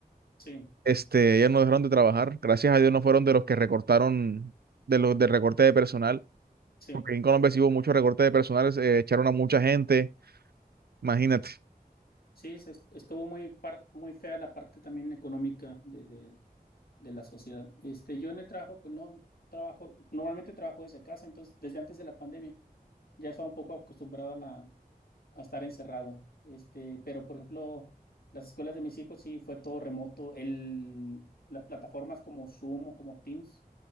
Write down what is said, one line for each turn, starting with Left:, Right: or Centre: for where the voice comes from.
Left: sí,
Right: Este, ellos no dejaron de trabajar. Gracias a Dios no fueron de los que recortaron, de los del recorte de personal,
Left: sí.
Right: porque en Colombia sí hubo mucho recorte de personal, eh, echaron a mucha gente, imagínate,
Left: Sí, se est- estuvo muy, par- muy fea la parte también económica de, de, de la sociedad. Este, yo en el trabajo, pues no trabajo, normalmente trabajo desde casa, entonces desde antes de la pandemia ya estaba un poco acostumbrado a la, a estar encerrado. Este, pero por ejemplo, las escuelas de mis hijos sí fue todo remoto. El, las plataformas como Zoom o como Teams